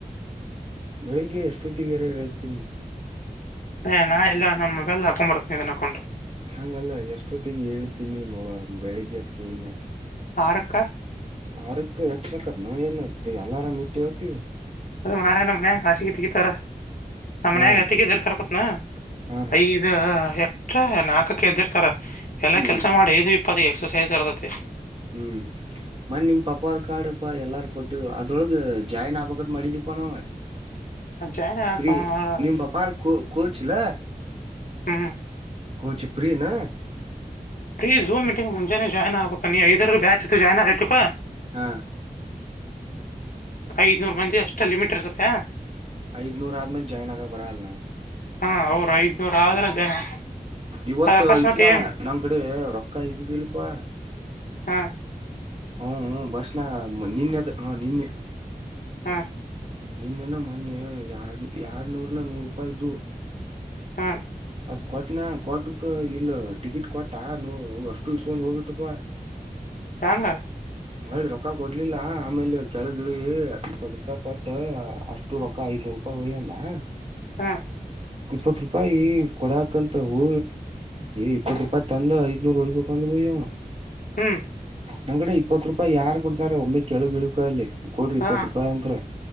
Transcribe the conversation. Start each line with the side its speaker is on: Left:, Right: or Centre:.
Right: ಬೆಳಿಗ್ಗೆ ಎಷ್ಟೊತ್ತಗರ ಹೇಳ್ತೀನಿ
Left: ಏ ನಾ ಇಲ್ಲ ನನ್ ಮೊಬೈಲ್ ಹಾಕೊಂಡ್ ಬರ್ತನಿ ಇದನ್ ಅಕೌಂಟ್
Right: ಹಂಗಲ್ಲ ಎಷ್ಟೊತ್ತಿಗೆ ಹೇಳ್ತೀನಿ ಮ ಬೆಳಿಗ್ಗೆ ಅದಕನ್
Left: ಹಾರ್ಕ್ಕ
Right: ಹಾರ ಕ ಅಚರಕ ನ ಅಲಾರಾಮ ಇಟ್ಟೆ
Left: ಅ ಮಾರ ನಮ್ಮನ ಕಾಸಿತರ ನಮ್ಮ
Right: ಹಾ
Left: ಮನ್ಯಾಗ ಹತ್ತಿಗೆ ಎದಿರ್ತಾರ ಕೊತ್ನಾ
Right: ಹಾ
Left: ಐದ ಎಷ್ಟ ನಾಲ್ಕಕ್ಕೆ ಎದಿರ್ತಾರ ಎಲ್ಲ
Right: ಹ್ಮ್
Left: ಕೆಲ್ಸ ಮಾಡಿ ಇದು ಇಪ್ಪಾದಿಗೆ ಎಕ್ಸಸೈಜ ಇರ್ತತಿ
Right: ಹ್ಮ್ ಮನ್ ನಿಮ್ ಪಪಾರ್ ಕಾಡಪ್ಪಾ ಎಲ್ಲಾರ ಕೊಟ್ಟು ಅದ್ರೊಳಗ್ ಜಾಯ್ನ್ ಆಬಕತ್ ಮಾಡಿದ ನ
Left: ಜಾಯ್ನ್ ಆಗಕ್
Right: ಪ್ರೀ ನಿ ಬ ಪಾಾರ್ ಕ ಕಚ್ಲ
Left: ಹ್ಮ್
Right: ಕೋಚ್ ಪ್ರಿ ನ
Left: ಫೀ ಝಮ್ ಮೀಟಿಂಗ ಮುಂಜೆ ಜಾಯನ್ ಆಗ್ಬೇಕ ನೀ ಐದರರು ಬ್ಯಾಚ್ಜಾಯ್ನ್ ಆಗೈತಾ
Right: ಹಾ
Left: ಐದನೂರು ಮಂದಿ ಅಷ್ಟು ಲಿಮಿಟ್ ಇರ್ತತ್ತ
Right: ಐದ್ನೂರ ಆದ್ಮಾಗೆ ಜಾಯ್ನ್ ಆಗಕ್ ಬರ ಅಲ್ಲ ನಾವು
Left: ಹಾ ಅವ್ರ ಐದ್ನೂರ ಆದ್ರ ಜಾಯ್ನ್
Right: ಇವತ್ತು
Left: ಅದ್ ಅಕಸ್ಮಾತ್
Right: ಇಟ್ಲಾ
Left: ಏನ್
Right: ನಮ್ ಕಡೆ ರೊಕ್ಕ ಇದ್ದಿದ್ದಲ್ಪಾ
Left: ಹಾ
Right: ಹ್ಮ್ ಬಸ್ಣ ನಿನ್ನೆದು ಹ ನಿನ್ನೆ
Left: ಹಾ
Right: ನಿನ್ನೆನ ಮೊನ್ನೆ ಎಡ್ ಎಡ್ನೂರನ ನೂರ್ ರೂಪಾಯಿ್ದು
Left: ಹ್ಮ
Right: ಅದ್ ಕೊಟನೆ ಕೋರ್ಟಕ್ ಇಲ್ಲಿ ಟಿಕೆಟ್ ಕೊಟ್ಟ ಅಷ್ಟು ಇಸ್ಕಂದು ಹೋಗ್ಬಿಟ್ಟಪ್ಪಾ <inaudible>
Left: ಯಂಗ
Right: ಹೇಳಿ ರೊಕ್ಕ ಕೊಡ್ಲಿಲ್ಲ ಆಮೇಲೆ ಕೆಳ ಗಿಳ ಇಪ್ಪತ್ ರೂಪಾಯಿ ಕೊಟ್ಟ ಅಷ್ಟು ರೊಕ್ಕ ಐ್ನೂರು ರೂಪಾಯಿ ಒಯಂತಾ
Left: ಹಾ
Right: ಇಪ್ಪತ್ ರೂಪಾಯಿ ಕೊಡಾಕಂತ ಹ ಇಪ್ಪತ್ ರೂಪಾಯಿ ತಂದ ಐದ್ನೂರ್ ಹೊಗ್ಬೇಕಂದ್ರ ವಯಂ
Left: ಹ್ಮ್
Right: ನಂಗ್ಡೆ ಇಪ್ಪತ್ತು ರೂಪಾಯಿ ಯಾರ್ ಕೊಡ್ತಾರೆ ಒಮ್ಮೆ ಕೆಳುಗಿಳು ಅಲ್ಲಿ ಕೊಡ್ರಿ
Left: ಹಾ
Right: ಇಪ್ಪತ್ ರೂಪಾಯಿ ಅಂತತ್ರ